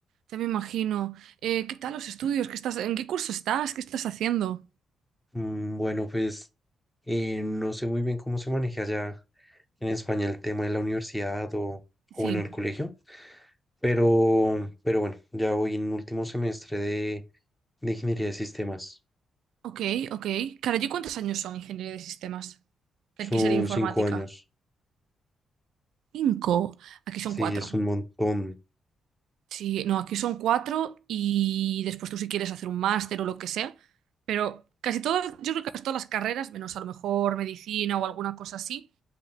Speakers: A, on the right; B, in the centre.
A: ya me imagino. Eh, ¿qué tal los estudios? ¿Qué estás, en qué curso estás? ¿Qué estás haciendo?
B: Mm, Bueno, pues eh, no sé muy bien cómo se maneja allá en España el tema de la universidad o,
A: Sí.
B: o bueno, el colegio, pero, pero bueno, ya voy en último semestre de, de ingeniería de sistemas.
A: Ok, ok. Claro, ¿y cuántos años son ingeniería de sistemas? Que
B: Son
A: aquí sería informática.
B: cinco años,
A: Cinco. Aquí son
B: sí,
A: cuatro.
B: es un montón,
A: Sí, no, aquí son cuatro y después tú si quieres hacer un máster o lo que sea, pero casi todas, yo creo que casi todas las carreras, menos a lo mejor medicina o alguna cosa así,